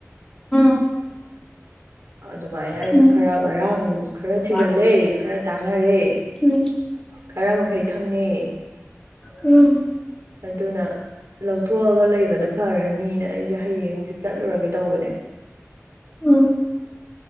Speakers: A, on the left; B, on the right.
A: ꯎꯝ
B: ꯑꯗꯨꯃꯥꯏꯅ ꯑꯩꯁꯨ
A: ꯎꯝ
B: ꯈꯔ ꯉꯔꯥꯡ ꯈꯔ
A: ꯎꯝ
B: ꯊꯤꯖꯤꯜꯂꯦ ꯈꯔ ꯇꯥꯟꯅꯔꯦ
A: ꯎꯝ
B: ꯈꯔ ꯃꯈꯩ ꯈꯪꯉꯦ
A: ꯎꯝ
B: ꯑꯗꯨꯅ ꯂꯧꯊꯣꯛꯑꯒ ꯂꯩꯕꯅ ꯐꯔꯅꯤꯅ ꯑꯩꯁꯦ ꯍꯌꯦꯡꯁꯦ ꯆꯠꯂꯨꯔꯒꯦ ꯇꯧꯕꯅꯦ
A: ꯎꯝ